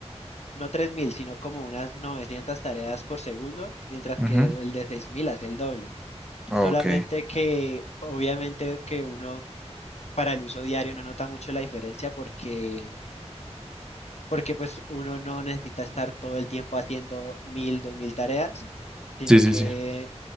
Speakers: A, on the left; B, in the centre.
A: no 3000 sino como unas 900 tareas por segundo, mientras
B: Ujú.
A: que el de 6000 hace el doble. Solamente
B: Ok.
A: que obviamente que uno para el uso diario no nota mucho la diferencia porque, porque pues uno no necesita estar todo el tiempo haciendo mil dos mil tareas sino
B: sí,
A: que
B: sí, sí.